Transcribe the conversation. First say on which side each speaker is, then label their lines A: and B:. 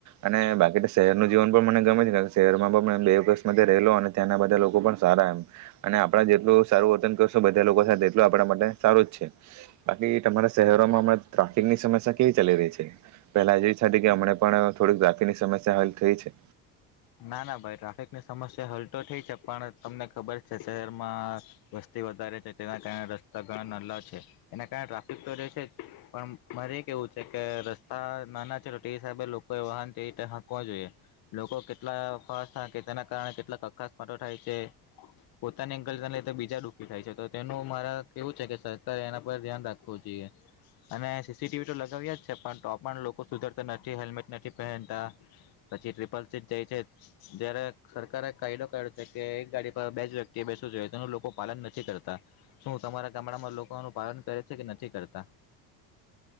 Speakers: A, on the right; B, on the left.
A: અને બાકી તો શહેરનું જીવન પણ મને ગમે છે કાણ કે શહેરમાં પણ મેં બે વસ માટે રેલો અને ત્યાંના બધા લોકો પણ સારા એમ અને આપણા જેટલું સારું વર્તન કરશું બધા લોકો સાથે તેટલું આપણા માટે સારું જ છે, બાકી તમારા શહેરોમાં હમણાં ટ્રાફિકની સમસ્યા કેવી ચાલી રહી છે પેલાં જેવી <unintelligible> કે હમણા પણ થોડીક ટ્રાફિની સમસ્યા હાલ થઈ છે
B: ના, ના ભાઈ ટ્રાફિકની સમસ્યા હલ તો થઈ છે પણ તમને ખબર છે શહેરમાં વસ્તી વધારે છે, તેના કારણે રસ્તા ઘણા નાલ્લા છે, એના કારણે ટ્રાફિક તો રે છે જ પણ મારે એ કેવું છે કે રસ્તા નાના છે ટો તે હિસાબે લોકોએ વાહન ટે ઈતે હાંકવો જોઈએ લોકો કે અ ભાસ હાંકે તેના કારણે કેટલાક અકસ્માતો થાય છે, પોતાની ગલજન લીધે બીજા દુઃખી થાય છે, તો તેનું મારે કેવું છે કે સરકારે એના પર ધ્યાન રાખવું જુઈએ અને સી સી ટી વી તો લગાવ્યા જ છે, પણ તો પણ લોકો સુધરતા નથી, હેલ્મેટ નથી પહેનતા, પછી ટ્રીપલ સીટ જાય છે, ત્યારે સરકારે કાયદો કાયઢો છે કે એક ગાડી પર બે જ વ્યક્તિ એ બેસવું જોઈએ, તેનું લોકો પાલન નથી કરતા, શું તમારા ગામડામાં લોકો આનું પાલન કરે છે કે નથી કરતાં?